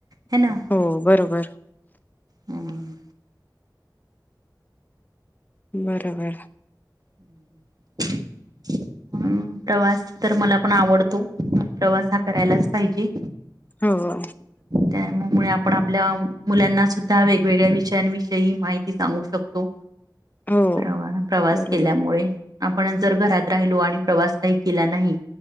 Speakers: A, on the right (about 55°); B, on the left (about 25°).
A: हाय ना.
B: हो बरोबर.
A: हम्म.
B: बरोबर.
A: हम्. <inaudible> प्रवास तर मला पण आवडतो प्रवास हा करायलाच पाहिजे.
B: हो.
A: त्यामुळ आपण आपल्या मुलांना सुद्धा वेगवेगळ्या विषयांविषयी माहिती ती सांगू शकतो,
B: हो.
A: प्रवास प्रवास
B: बरोबर
A: केल्यामुळे आपणच जर घरात राहिलो आणि प्रवास काही केला नाही